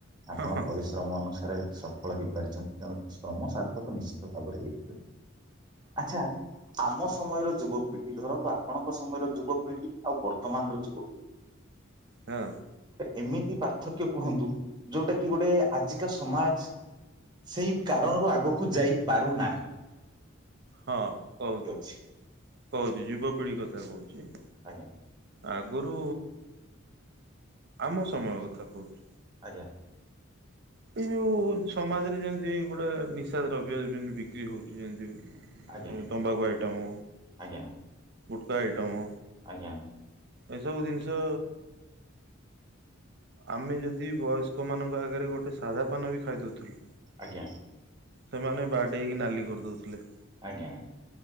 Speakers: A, on the right; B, on the right.
A: ଆପଣ
B: ହଁ
A: ପରିଶ୍ ଶ୍ରମ ଅନୁସାରେ ସଫଳ ହେଇପାରିଛନ୍ତି ତେଣୁ ଶ୍ରମ ସାର୍ଥକ ନିଶ୍ଚିତ ଭାବରେ ହେଇପାରିଚି। ଆଚ୍ଛା ଆମ ସମୟର ଯୁବପିଢି ଧରନ୍ତୁ ଆପଣଙ୍କ ସମୟର ଯୁବପିଢି ଆଉ ବର୍ତ୍ତମାନ ର ଯୁବପିଢ଼ି
B: ହଁ।
A: ଏମିତି ପାର୍ଥକ୍ୟ କୁହନ୍ତୁ ଯୋଉଟା କି ଗୋଟେ ଆଜିକା ସମାଜ ସେଇ କାରଣରୁ ଆଗକୁ ଯାଇ ପାରୁନା।
B: ହଁ କହୁଛି
A: ଅଛି?
B: କହୁଛି ଯୁବପିଢି କଥା କହୁଛି।
A: ଆଜ୍ଞା।
B: ଆଗରୁ ଆମ ସମୟ କଥା କହୁଛି।
A: ଆଜ୍ଞା।
B: ଏଇ ଯଉ ସମାଜରେ ଯେମିତି ଗୋଟେ ନିଶା ଦ୍ରବ୍ୟ ବିକ୍ରି ହଉଛି ଯେମତି।
A: ଆଜ୍ଞା
B: ତମ୍ବାଖୁ ଆଇଟମ୍
A: ଆଜ୍ଞା
B: ଗୁଟକା ଆଇଟମ୍।
A: ଆଜ୍ଞା।
B: ଏସବୁ ଜିନିଷ ଆମେ ଯଦି ବୟସ୍କ ମାନଙ୍କ ଆଗରେ ଗୋଟେ ସାଧା ପାନ ବି ଖାଇଦଉଥିଲୁ
A: ଆଜ୍ଞା।
B: ସେମାନେ ବାଡେଇକି ନାଲି କରିଦଉଥିଲେ।
A: ଆଜ୍ଞା।